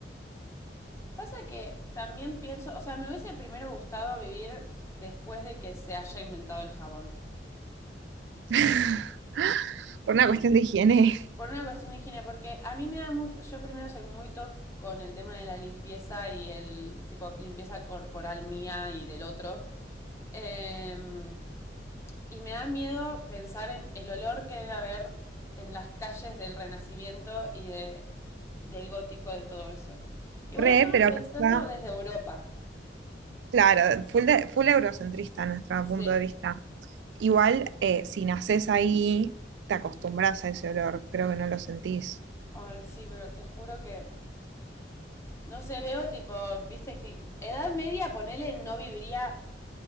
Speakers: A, on the left; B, on the right.
A: Pasa que también pienso, o sea, me hubiese primero gustado vivir después de que se haya inventado el jabón.
B: <laughs> Por una cuestión de higiene.
A: Por una cuestión de higiene, porque a mí me da mucho, yo primero soy muy toc con el tema de la limpieza y el tipo limpieza corporal mía y del otro. Eh, y me da miedo pensar en el olor que debe haber en las calles del Renacimiento y de, del gótico, de todo eso. Igual
B: <laughs> Re,
A: lo estamos
B: pero
A: pensando
B: pensá,
A: desde Europa.
B: claro, full, de- full eurocentrista nuestro
A: Sí.
B: punto de vista. Igual, eh, si nacés ahí, te acostumbras a ese olor, creo que no lo sentís.
A: Ay, sí, pero te juro que. No sé, veo tipo, viste clips. Edad media, ponele, no viviría.